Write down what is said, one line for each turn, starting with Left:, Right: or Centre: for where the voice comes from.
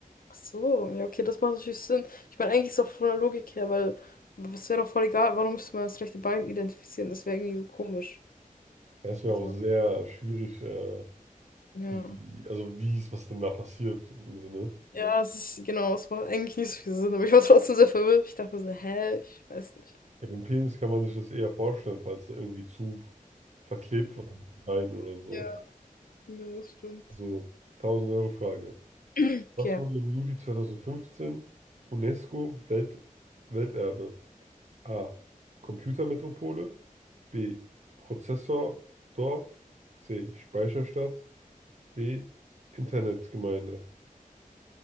Left: Ach so, ja, okay, das macht natürlich Sinn. Ich meine, eigentlich ist es auch von der Logik her, weil es wäre doch voll egal, warum müsste man das rechte Bein identifizieren? Das wäre irgendwie so komisch.
Right: Ja, es wäre
Left: Also,
Right: auch sehr schwierig, äh,
Left: ja.
Right: wie, also wie ist, was denn da passiert im Sinne.
Left: Ja, es ist, genau, es macht eigentlich nicht so viel Sinn, aber ich war trotzdem sehr verwirrt. Ich dachte mir so, hä, ich weiß nicht.
Right: Ja, beim Penis kann man sich das eher vorstellen, falls er irgendwie zu verklebt war mit Wein oder so.
Left: Ja, ja, das stimmt.
Right: So, tausend euro frage
Left: Okay,
Right: Was wurde im Juli 2015 UNESCO Welt, Welterbe? A. Computermetropole. B. Prozessordorf. C. Speicherstadt. D. Internetgemeinde.